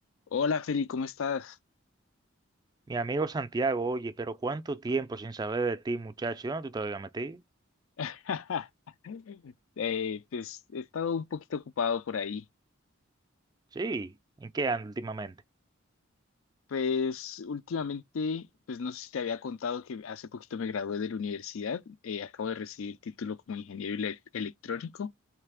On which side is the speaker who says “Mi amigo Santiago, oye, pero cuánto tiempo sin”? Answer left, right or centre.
Right